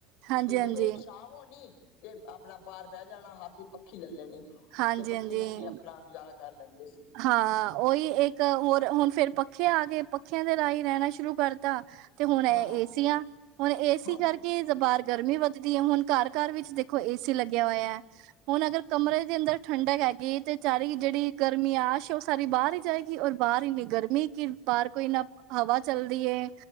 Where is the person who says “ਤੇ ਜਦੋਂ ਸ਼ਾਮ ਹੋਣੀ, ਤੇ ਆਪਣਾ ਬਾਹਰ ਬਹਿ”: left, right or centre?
Left